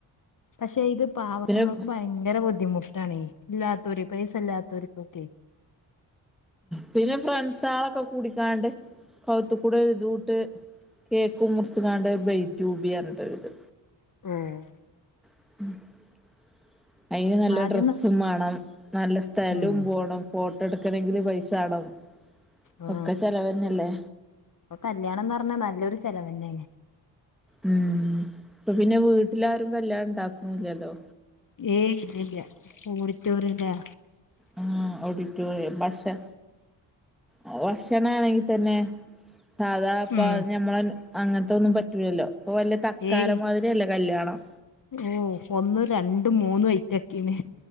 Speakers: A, on the left (about 45°); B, in the centre.
A: പക്ഷെ ഇത് പാവത്തുങ്ങൾക്ക്
B: പിന്നെ
A: ഭയങ്കര ബുദ്ധ് ബുദ്ധിമുട്ടാണേ ഇല്ലാത്തോര് പൈസ ഇല്ലാത്തോർക്കൊക്കെയെ
B: പിന്നെ ഫ്രണ്ട്സാളൊക്കെ കൂടിങ്ങാണ്ട് കൗത്ത്കൂടെ ഒരിതും ഇട്ട് ട്ട് കേക്കും മുറിച്ച്ങ്ങാണ്ട് ബ്രയ്റ്റുബിയാണ് പറഞ്ഞിട്ട് ഒരിത്.
A: ആഹ്
B: <inaudible> അയ്ന് നല്ല
A: ആദ്യന്ന്
B: ഡ്രെസ്സും മാണം നല്ല സ്ഥെലോം
A: ഉം
B: വോണം ഫോട്ട് ട്ടെടുക്കണെങ്കില് പൈസാണം
A: ആ
B: ഒക്കെ ചെലവന്നല്ലേ
A: അപ്പൊ കല്യാണംന്ന് പറഞ്ഞാ നല്ലൊരു ചെലവെന്നെയാല്ലേ
B: ഉം ഇപ്പൊ പിന്നെ വീട്ടിലാരും കല്യാണം ഇണ്ടാക്കുണൂല്ലല്ലോ
A: ഏയ് ഇല്ലല്ല ഓഡിറ്റോറിയം ല്ലേ?
B: ആ ഓഡിറ്റോറിയം ഭക്ഷണ അത് ഭക്ഷണാണെങ്കി തന്നെ സാധാ ഇപ്പൊ
A: ഉം
B: ഞമ്മളെ അങ്ങനത്തൊന്നും പറ്റ് റ്റൂലല്ലോ ഇപ്പൊ വല്യ തക്കാരം
A: ഏയ്
B: മാതിരിയല്ലേ കല്യാണം
A: ഓ ഒന്നും രണ്ടും മൂന്നും ഐറ്റൊക്കേണ്.